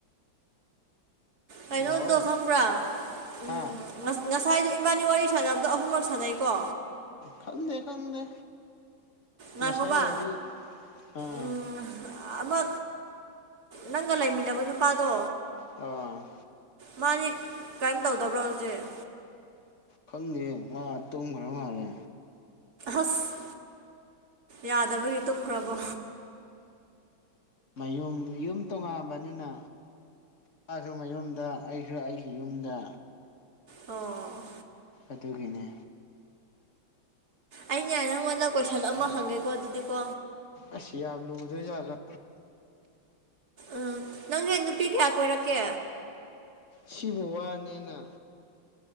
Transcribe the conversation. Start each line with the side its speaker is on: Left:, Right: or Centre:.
Right: ꯀꯩꯅꯣꯗꯣ
Left: ꯂꯥꯛꯑꯣ
Right: ꯈꯪꯕ꯭ꯔꯥ ꯎꯝ
Left: ꯍꯥ
Right: ꯉꯁ ꯉꯁꯥꯏꯗꯣ ꯏꯕꯥꯅꯤ ꯋꯥꯔꯤ ꯁꯥꯟꯅꯕꯗꯣ ꯑꯍꯨꯝꯃꯛ ꯁꯥꯟꯅꯩꯀꯣ
Left: ꯈꯪꯗꯦ ꯈꯪꯗꯦ
Right: ꯉꯥꯏꯈꯣꯕ
Left: ꯉꯁꯥꯏ ꯋꯥꯔꯤ ꯑꯥ
Right: ꯎꯝ ꯑꯃ ꯅꯪꯒ ꯂꯩꯃꯤꯟꯅꯕ ꯅꯨꯄꯥꯗꯣ
Left: ꯑ
Right: ꯃꯥꯗꯤ ꯀꯩꯝ ꯇꯧꯗꯕ꯭ꯔ ꯍꯧꯖꯤꯛ
Left: ꯈꯪꯗꯦ ꯃꯥꯇꯣꯡꯈ꯭ꯔ ꯃꯥꯜꯂꯦ
Right: ꯑꯁ ꯌꯥꯗꯕꯒꯤ ꯇꯨꯝꯈ꯭ꯔꯕꯣ
Left: ꯃꯌꯨꯝ ꯌꯨꯝ ꯇꯣꯉꯥꯟꯕꯅꯤꯅ ꯃꯥꯁꯨ ꯃꯌꯨꯝꯗ ꯑꯩꯁꯨ ꯑꯩꯒꯤ ꯏꯌꯨꯝꯗ
Right: ꯑꯣ
Left: ꯑꯗꯨꯒꯤꯅꯦ
Right: ꯑꯅꯦ ꯅꯪꯉꯣꯟꯗ ꯀꯣꯏꯁꯟ ꯑꯃ ꯍꯪꯉꯦꯀꯣ ꯑꯗꯨꯗꯤꯀꯣ
Left: ꯑꯁ ꯌꯥꯝ ꯂꯨꯗꯣꯏꯖꯥꯠꯂꯥ
Right: ꯎꯝ ꯅꯪꯁꯦ ꯅꯨꯄꯤ ꯀꯌꯥ ꯀꯣꯏꯔꯛꯀꯦ
Left: ꯁꯤꯕꯨ ꯋꯥꯅꯦꯅ